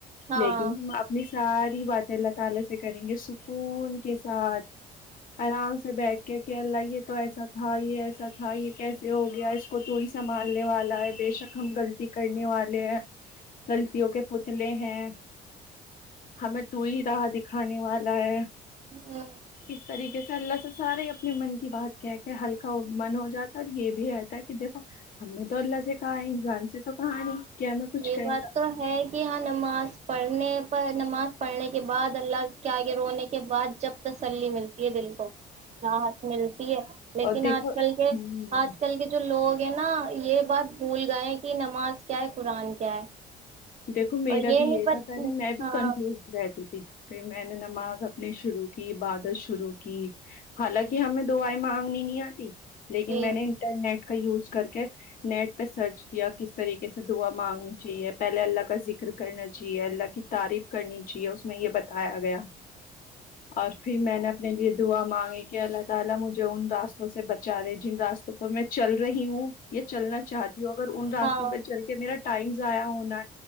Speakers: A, on the right (about 40°); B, on the left (about 55°).
A: ہاں
B: لیکن اپنی ساری باتیں لگ تالی سے کریں گے سکون کے ساتھ آرام سے بیٹھ کے کہ اللہ یہ تو ایسا تھا یہ ایسا تھا یہ کیسے ہو گیا اس کو تو ہی سنبھالنے والا ہے بےشک ہم غلطی کرنے والے ہیں غلطوں کے پتلے ہیں ہمیں تو ہی چاہا دکھانے والا ہے
A: ہ
B: اس طریقے سے اللہ سے سارے اپنے من کی بات کہ کے ہلکا من ہو جاتا ہے اور یہ بھی رہتا ہے کہ دیکھو ہم نے تو اللہ سے کہا ہے انسان سے تو کہا نہیں کہ ہمیں کچھ
A: یہ
B: کہے
A: بات
B: گا
A: تو ہے کہ ہاں نماز پڑھنے پر نماز پڑھنے کے بعد اللہ کے آگے رونے کے بعد جب تسلی ملتی یہ دل کو راحت ملتی ہے لیکن
B: اور دیکھو
A: آج کل کے
B: ہوں
A: آج کل کے جو لوگ ہیں نا یہ بعد بھول گئے کہ نماز کے کیا قرآن کیا ہے
B: دیکھو میرا
A: اور
B: بھی
A: نہیں
B: یہ
A: پت
B: تھا پہلے میں بھی
A: ہاں
B: کنفیوز رہتی تھی پھر میں نے نماز اپ نے شروع کی بادت شروع کی حالانکہ ہمیں دعیں مانگنی نہیں آتی لیکن
A: جی
B: میں نے انٹرنیٹ کا یوز کر کے نیٹ پہ سرچ کیا کس طریقے سے دعا مانگنی چاہیے پہلے اللہ کا ذکر کرنا چاہیے اللہ کی تعریف کرنی چ جی اس میں یہ بتایا گیا اور پھر میں نے اپنے لیے دعا مانگی کہ اللہ تعالی مجھے ان راستوں سے بچا لے جن راستوں پر میں چل رہی ہوں یہ چلنا چاہتی ہوں اگر ان راستوں
A: ہاں
B: پہ چل کے میرا ٹائمز آایا ہونا